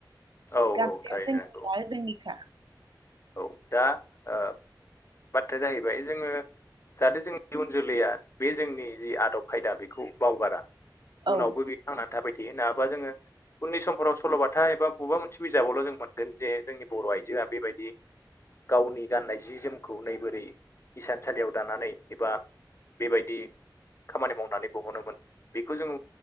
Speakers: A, on the left (about 35°); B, on the right (about 80°).
A: औ
B: गामसाया
A: औ थारैनो
B: जोंनिखा
A: नंगौ
B: जोंनिखा।
A: औ दा बाथ्राया जाहैबाय जोङो। जाहाथे जोंनि इयुन जोलैया बे जोंनि जि आदब खायदा बेखौ बावगारा।
B: औ
A: उनावबो बे थांनानै थाबाय थायो नङाबा जोङो। उननि समफोराव सल'बाथा एबा बबेबा मोनसे बिजाबावल' जों मोनगोन‌ जे जोंनि बर' आइजोआ बेबायदि गावनि गाननाय जि जोमखौ नै बोरै इसानसालियाव दानानै एबा बेबायदि खामानि मावनानै बहनोमोन। बेखौ जों